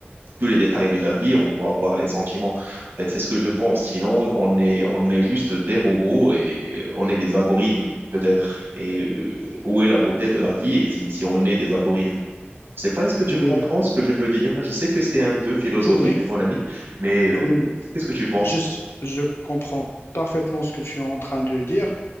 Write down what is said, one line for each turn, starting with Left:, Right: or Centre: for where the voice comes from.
Right: tous les détails de la vie, on doit avoir les sentiments. En fait, c'est ce que je pense. Sinon, on est, on est juste des robots et euh, on est des algorithmes, peut-être. Et euh, où est la beauté de la vie et si, si on est des algorithmes? Je sais pas, est-ce que tu
Left: oui,
Right: comprends
Left: oui,
Right: ce que je veux dire? Je sais que c'est un peu philosophique,
Left: oui, oui,
Right: mon ami, mais euh,
Left: oui, oui.
Right: qu'est-ce que tu penses?
Left: Je, je comprends parfaitement ce que tu es en train de dire